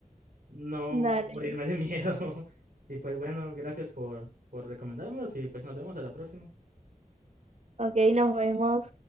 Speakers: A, on the right; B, on the right.
A: no
B: Dale,
A: morirme de miedo. <laughs> Y pues bueno, gracias por, por recomendármelos y pues nos vemos a la próxima.
B: ok, nos vemos.